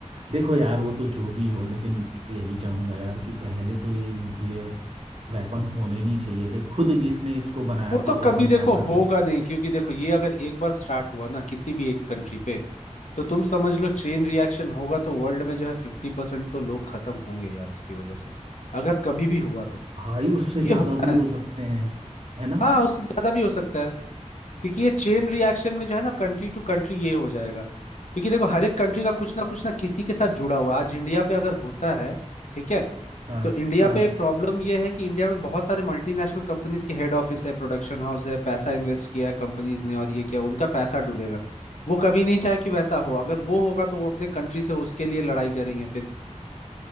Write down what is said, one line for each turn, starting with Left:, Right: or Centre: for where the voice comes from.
Right: देखो यार वो तो जो भी हो लेकिन मैं यही चाहूंगा यार कि पहले तो ये न्यूक्लियर वेपन होने नहीं चाहिए थे खुद जिसने इसको बनाया
Left: वो तो
Right: था
Left: कभी
Right: ओपन
Left: देखो
Right: हैमर
Left: होगा नहीं क्योंकि देखो ये अगर एक बार स्टार्ट हुआ ना किसी भी एक कंट्री पे तो तुम समझ लो चेन रिएक्शन होगा तो वर्ल्ड में जो है फिफ्टी परसेंट तो लोग खत्म होंगे यार इसकी वजह से अगर कभी भी हुआ तो
Right: भाई उससे
Left: ये
Right: ज्यादा
Left: होना
Right: भी हो
Left: है
Right: सकते हैं है ना
Left: हाँ उससे ज्यादा भी हो सकता है क्योंकि ये चेन रिएक्शन में जो है ना कंट्री टू कंट्री ये हो जाएगा क्योंकि देखो हर एक कंट्री का कुछ ना कुछ ना किसी के साथ जुड़ा हुआ आज इंडिया पे अगर होता है ठीक है
Right: हाँ
Left: तो इंडिया
Right: हाँ
Left: पे प्रॉब्लम यह है कि इंडिया में बहुत सारे मल्टीनेशनल कंपनीज के हेड ऑफिस है प्रोडक्शन हाउस है पैसा इन्वेस्ट किया है कंपनीज ने और ये क्या उनका पैसा डूबेगा वो कभी नहीं चाहे कि वैसा हो अगर वो होगा तो वो अपने कंट्री से उसके लिए लड़ाई करेंगे फिर